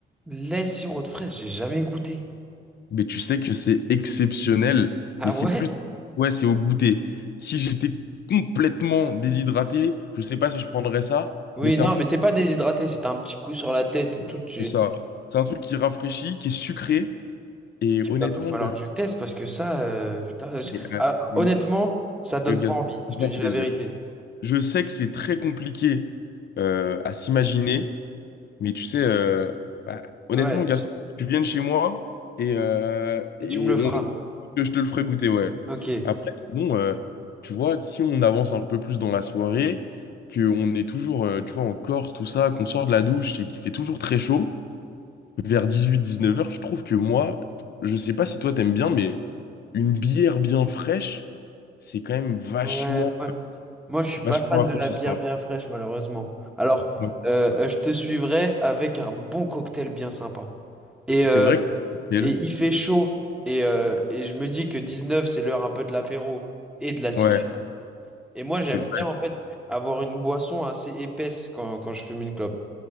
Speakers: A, in the centre; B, on the left.
A: Lait sirop de fraise, j'ai jamais goûté.
B: Mais tu sais que c'est exceptionnel,
A: Ah
B: mais c'est
A: ouais?
B: plus. Ouais, c'est au goûter. Si j'étais complètement déshydraté, je sais pas si je prendrais ça,
A: Oui,
B: mais c'est
A: non,
B: un truc.
A: mais t'es pas déshydraté, c'est un petit coup sur la tête et tout. Tu...
B: C'est ça. C'est un truc qui rafraîchit, qui est sucré. Et
A: Il
B: honnêtement,
A: va falloir
B: le,
A: que je teste parce que ça, euh, putain, je-
B: et, euh,
A: ah,
B: le-
A: honnêtement, ça donne
B: le gars,
A: pas envie, je
B: grand
A: te dis
B: plaisir.
A: la vérité.
B: Je sais que c'est très compliqué euh, à s'imaginer, mais tu sais, euh, bah, honnêtement,
A: Ouais,
B: Gaston,
A: c'est-
B: tu viennes chez moi et, euh, et
A: et tu me le
B: on,
A: feras.
B: je te le ferai goûter, ouais.
A: Ok.
B: Après, bon, euh, tu vois, si on avance un peu plus dans la soirée, qu'on est toujours, euh, tu vois, en Corse, tout ça, qu'on sort de la douche et qu'il fait toujours très chaud, vers 18-19 heures, je trouve que moi, je sais pas si toi t'aimes bien, mais une bière bien fraîche, C'est quand même vachement,
A: Ouais, moi, moi je suis pas
B: vachement
A: fan
B: rafraîchissant.
A: de la bière bien fraîche, malheureusement. Alors,
B: Ouais.
A: euh, euh, je te suivrai avec un bon cocktail bien sympa. Et,
B: C'est
A: euh,
B: vrai que c'est le
A: et
B: cocktail.
A: il fait chaud, et, euh, et je me dis que 19 c'est l'heure un peu de l'apéro et de la cigarette.
B: Ouais,
A: Et moi, j'aime
B: c'est vrai.
A: bien, en fait, avoir une boisson assez épaisse quand, quand je fume une clope.